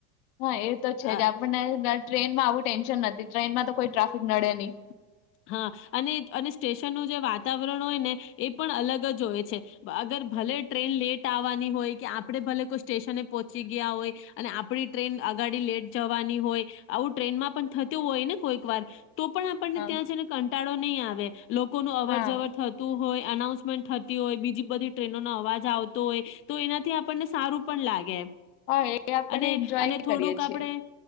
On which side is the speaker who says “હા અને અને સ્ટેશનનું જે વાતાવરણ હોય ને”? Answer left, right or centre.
Left